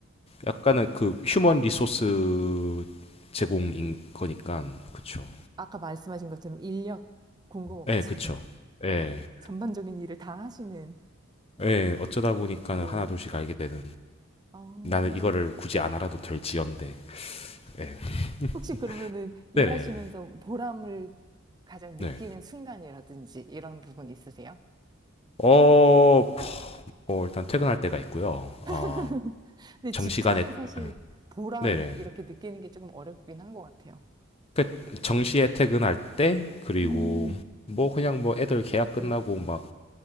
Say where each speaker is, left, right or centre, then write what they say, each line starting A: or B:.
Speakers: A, on the left (about 30°); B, on the right (about 20°).
A: 약간은 그 휴먼 리소스 제공인 거니까 그쵸.
B: 아까 말씀하신 것처럼 인력 공급업체
A: 예, 그쵸.
B: <laughs>
A: 예,
B: 전반적인 일을 다 하시는,
A: 예, 어쩌다
B: 어,
A: 보니까는
B: 네.
A: 하나둘씩 알게 되는
B: 어,
A: 나는 이거를 굳이
B: 네.
A: 안 알아도 될지언데. 예. <laughs>
B: 혹시 그러면은 일하시면서
A: 네네.
B: 보람을 가장 느끼는
A: 네.
B: 순간이라든지 이런 부분 있으세요?
A: 어, 뭐 일단 퇴근할 때가 있고요. 어,
B: <laughs> 근데
A: 정시간에
B: 직장이 사실
A: 예,
B: 보람
A: 네네.
B: 이렇게 느끼는 게 조금 어렵긴 한 것 같아요.
A: 그 정시에
B: 네.
A: 퇴근할 때 그리고
B: 음,
A: 뭐 그냥 뭐 애들 계약 끝나고
B: 네.
A: 막